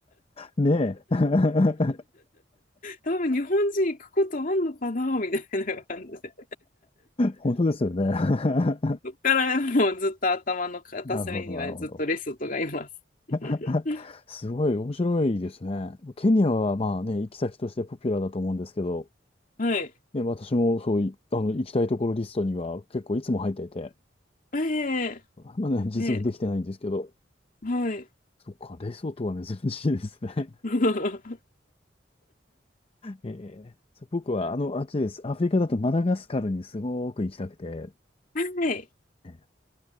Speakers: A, on the left; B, on the left.
A: ねえ。<laughs>
B: 多分日本人行くことあんのかなみたいな感じで
A: 本当ですよね。<laughs>
B: そこから <laughs> もうずっと頭の片隅にはずっとレソトがいます。
A: なるほど、なるほど。
B: <laughs>
A: <laughs> すごい面白いですね。ケニアはまあね、行き先としてポピュラーだと思うんですけど、
B: はい。
A: ね、私もそうい、あの、行きたいところリストには結構いつも入っていて、
B: ええ
A: まだね、実現できてないんですけど、
B: ね、はい。
A: そっか、レソトは珍しいですね。
B: <laughs>
A: ええそう僕は、あの、あっちです。アフリカだとマダガスカルにすごく行きたくて、
B: はい。
A: ええ